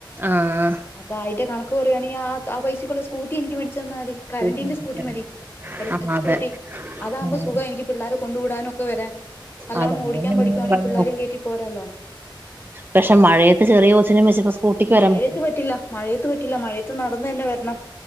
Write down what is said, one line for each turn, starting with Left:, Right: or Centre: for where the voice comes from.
Right: ആഹ്
Left: അപ്പ അയിന്റെ കണക്ക് പറയുവാണെങ്കി ആഹ് അത ആ പൈശക്കുള്ള സ്കൂട്ടി എനിക്ക് മേടിച്ചു തന്നാ മതി. കറണ്ടിന്റെ
Right: ആഹ്
Left: സ്കൂട്ടി മതി. ഇലക്ട്രിക്
Right: അതെ
Left: സ്കൂട്ടി. അതാകുമ്പോൾ
Right: ഉം.
Left: സുഖം എനിക്ക് പിള്ളാരെ കൊണ്ട് വിടാനും ഒക്കെ വരാൻ. നല്ലോണം
Right: അതെ അങ്ങനെ
Left: ഓടിക്കാൻ
Right: എന്തെങ്കിലും
Left: പഠിക്കുവാണെങ്കി
Right: വഴി
Left: പിള്ളോരേം കേറ്റി പോരാല്ലോ
Right: പക്ഷേ മഴയത്ത് ചെറിയ കൊച്ചിനേം വെച്ചപ്പോ സ്കൂട്ടിക്ക് വരാൻ
Left: മഴയത്ത്
Right: പറ്റും
Left: പറ്റില്ല. മഴയത്ത് പറ്റില്ല. മഴയത്ത് നടന്ന് തന്നെ വരണം.